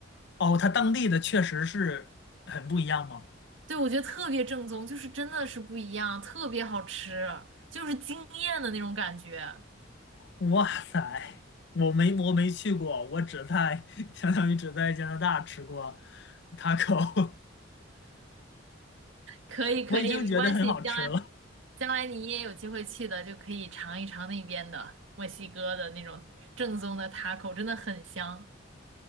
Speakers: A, on the left; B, on the right.
A: 哦，它当地的确实是很不一样吗？
B: 对，我觉得特别正宗，就是真的是不一样，特别好吃，就是惊艳的那种感觉。
A: 哇塞，我没我没去过，我只在 <laughs> 相当于只在加拿大吃过 taco，
B: 可以可以，
A: <laughs> 我已经觉得很好吃了。
B: 没关系，将来将来你也有机会去的，就可以尝一尝那边的墨西哥的那种正宗的 taco，真的很香。